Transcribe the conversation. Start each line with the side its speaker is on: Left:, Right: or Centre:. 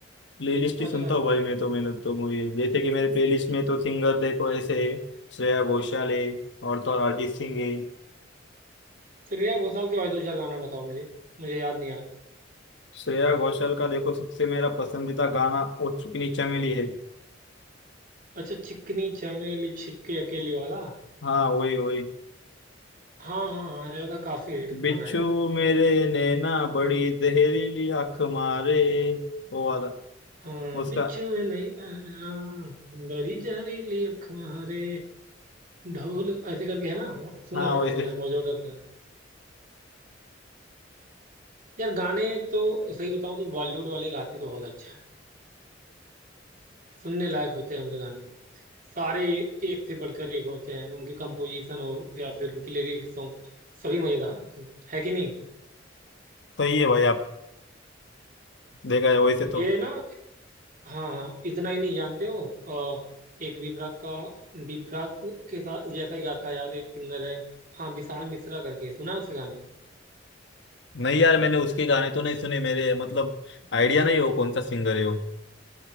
Left: प्लेलिस्ट
Right: अच्छा
Left: ही सुनता हूँ भाई मैं तो मेरे तो मूवी जैसे कि मेरे प्लेलिस्ट में तो सिंगर देखो ऐसे है श्रेया घोषाल है और तो और अरिजीत सिंह है
Right: श्रेया घोषाल के भाई दो चार गाना बताओ मुझे मुझे याद नहीं आ रहा
Left: श्रेया घोषाल का देखो सबसे मेरा पसंदीदा गाना ओ चुप नीचा मिली है
Right: अच्छा चिकनी चमेली छिपके अकेली वाला
Left: हाँ वही वही
Right: हाँ हाँ हाँ ये तो काफी हिट
Left: बिच्छू
Right: गाना है यार
Left: मेरे नैना बड़ी जहरीली आंख मारे वो वाला
Right: हाँ
Left: उसका
Right: बिच्छू में नहीं आ, बड़ी जहरीली अख मारे ढोल ऐसे करके है ना वो सुना
Left: हाँ
Right: है मैंने
Left: वैसे
Right: सुना है बहुत जबरदस्त गाना है यार गाने तो सही बताऊं तो बॉलीवुड वाले गाते तो बहुत अच्छा है सुनने लायक होते हैं उनके गाने सारे एक से बढ़कर एक होते हैं उनकी कंपोजिशन हो या फिर उनकी लिरिक्स हो सभी मजेदार होते हैं है कि नहीं
Left: सही है भाई आप देखा है वैसे तो
Right: ये ना हाँ हाँ इतना ही नहीं जानते हो अ, एक विपरा का विपरा के साथ जैसा ही गाता है यार एक सिंगर है हाँ विशाल मिश्रा करके सुना है उसके गाने
Left: नहीं यार मैंने उसके गाने तो नहीं सुने मेरे मतलब आइडिया नहीं हो कौन सा सिंगर है वो